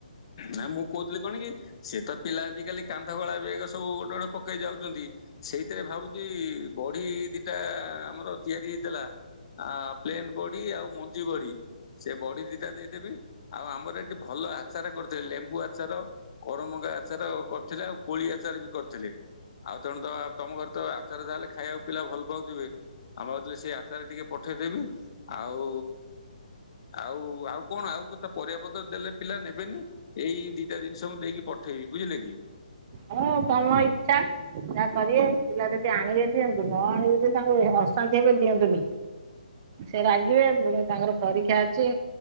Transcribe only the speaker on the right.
ହଁ ତମ ଇଛା। ଯା କରିବେ, ପିଲା ଯଦି ଆଣିବେ ଦିଅନ୍ତୁ ନ ଆଣିବେ ଯଦି ତାଙ୍କୁ ଅଶାନ୍ତି ହେବେ ଦିଅନ୍ତୁନି। ସେ ରାଗିବେ ପୁଣି ତାଙ୍କର ପରୀକ୍ଷା ଅଛି।